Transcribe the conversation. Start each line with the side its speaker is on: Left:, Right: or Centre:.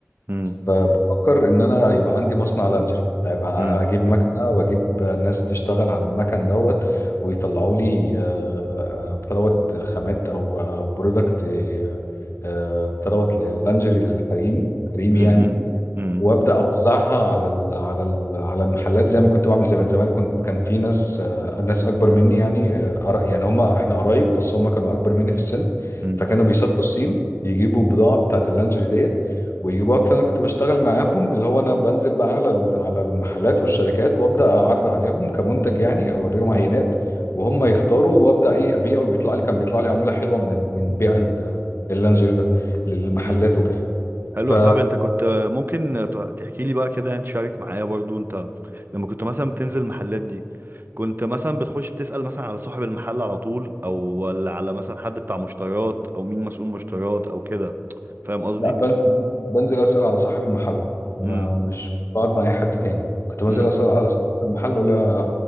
Right: مم.
Left: فبفكر إن أنا هيبقى عندي مصنع لانجري هيبقى
Right: مم.
Left: هجيب مكنة وأجيب ناس تشتغل على المكن دوت ويطلعوا لي آه، آه، بتاع دوت خامات أو أو برودكت آه، آه، بتاع دوت لانجري للحريم حريمي
Right: مم.
Left: يعني
Right: مم.
Left: وابدا اوزعها على ال على ال على المحلات زي ما كنت بعمل زمان زمان كنت كان في ناس آه، ناس اكبر مني يعني آه، قرا- يعني هم احنا قرايب بس هم كانوا اكبر مني في السن
Right: مم.
Left: فكانوا بيسافروا الصين يجيبوا البضاعه بتاعت اللانجري ديت ويجيبوها فانا كنت بشتغل معاهم اللي هو انا بنزل بقى على ال- على المحلات والشركات وابدا اعرض عليهم كمنتج يعني اوريهم عينات وهم يختاروا وابدا ايه ابيع وبيطلع لي كان بيطلع لي عموله حلوه من ال- من بيع ال- اللانجري ده للمحلات
Right: مم.
Left: وكده
Right: حلو
Left: ف
Right: يا صاحبي انت كنت آه، ممكن تحكي لي بقى كده يعني تشارك معايا برضو انت لما كنت مثلا بتنزل المحلات دي كنت مثلا بتخش بتسأل مثلا على صاحب المحل على طول او ولا على مثلا حد بتاع مشتريات او مين مسؤول مشتريات او كده فاهم قصدي
Left: لا بنزل بنزل اسال على صاحب المحل ما
Right: امم
Left: مش بقعد مع اي حد تاني كنت بنزل
Right: امم
Left: اسال على صاحب المحل اقول لها